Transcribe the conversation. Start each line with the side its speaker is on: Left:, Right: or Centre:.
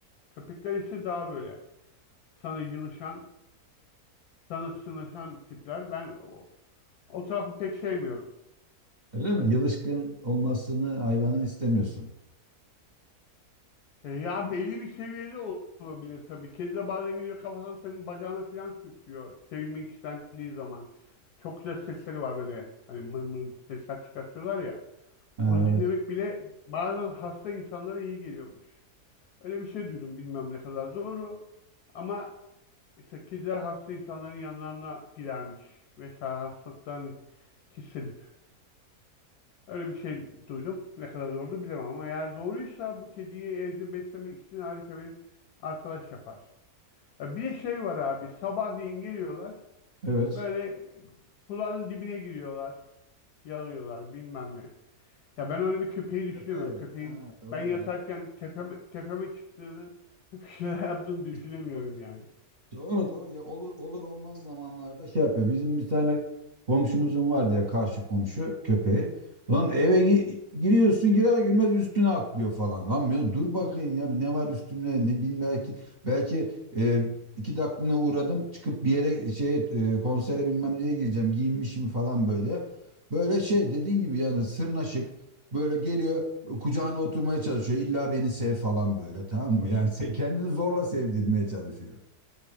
Left: Köpekler ise daha böyle sana yılışan, sana sığınaşan tipler. Ben o, o tarafı pek sevmiyorum.
Right: Öyle mi? Yılışkın olmasını hayvanın istemiyorsun.
Left: E, Ya belli bir seviyede ol- olabilir tabii. Kedi de bazen gidiyor kafasını senin bacağına falan sürtüyor. Sevilmek istendiği zaman. Çok güzel sesleri var böyle. Hani mır mır sesler çıkartıyorlar ya.
Right: Ha,
Left: Onu dinlemek
Right: evet.
Left: bile bazen hasta insanlara iyi geliyormuş. Öyle bir şey duydum bilmem ne kadar doğru. Ama işte kediler hasta insanların yanlarına gidermiş. Mesela hastalıktan hissedip Öyle bir şey duydum. Ne kadar doğru bilemem ama eğer doğruysa bu kediyi evde beslemek için harika bir arkadaş yapar. E, Bir de şey var abi. Sabahleyin geliyorlar.
Right: Evet.
Left: Böyle kulağının dibine giriyorlar. Yalıyorlar bilmem ne. Ya ben öyle bir köpeği düşünemiyorum.
Right: Köpeğe.
Left: Köpeğin
Right: Ha, doğru
Left: ben yatarken
Right: doğru.
Left: tepeme, tepeme çıktığını <laughs> bir şeyler yaptığını düşünemiyorum
Right: Sinir olur.
Left: yani.
Right: Doğru doğru ya olur, olur olmaz zamanlarda şey yapıyor. Bizim bir tane komşumuzun var diye karşı komşu köpeği. Lan eve gi- giriyorsun girer girmez üstüne atlıyor falan. Lan ya dur bakayım ya ne var üstümde ne bilmem belki belki e, iki dakikalığına uğradım çıkıp bir yere şeye e, konsere bilmem neye gireceğim giyinmişim falan böyle. Böyle şey dediğin gibi yani sırnaşık böyle geliyor kucağına oturmaya çalışıyor. İlla beni sev falan böyle tamam mı? Yani sen kendini zorla sevdirmeye çalışıyor.